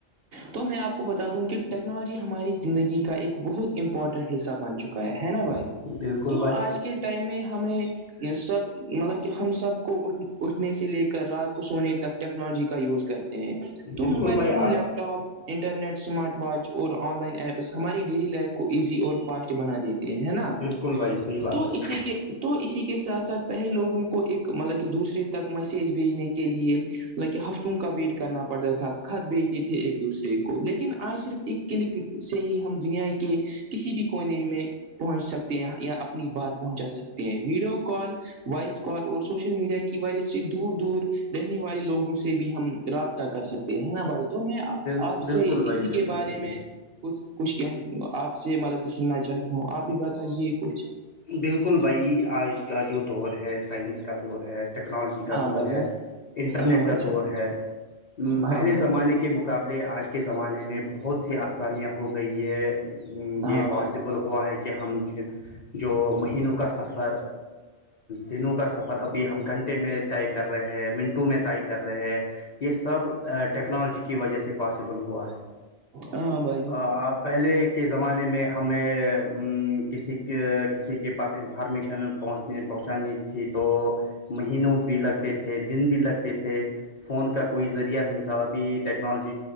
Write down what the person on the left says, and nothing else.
ہے بالکل
بھائی
بالکل
بھائی
آ
بالکل بھائی صحیح بات
ہے
بال
بالکل
بھائی
بالکل
صحیح
بالکل بھائی آج کا جو دور ہے سائنس کا دور ہے ٹیکنالوجی کا
دور
ہے
انٹرنیٹ
کا
دور ہے
پہلے
زمانے کے مقابلے آج کے زمانے میں بہت سی آسانیاں ہو گئی یہ
یہ پاسبل
ہوا ہے کہ ہم جو مہینوں کا سفر دنوں کا سفر ابھی ہم گھنٹے میں طائی کر رہے ہیں منٹو میں طائی کر رہے ہیں یہ سب ٹیکنالوجی کی وجہ سے پاسبل ہوا ہے
آپ پہلے کے زمانے میں ہمیں کسی کسی کے پاس انفارمیشن پہنچ پہنچانی تھی تو مہینوں بھی لگتے تھے دن بھی لگتے تھے فون کا کوئی ذریعہ نہیں تھا ابھی ٹیکس ٹیکنالوجی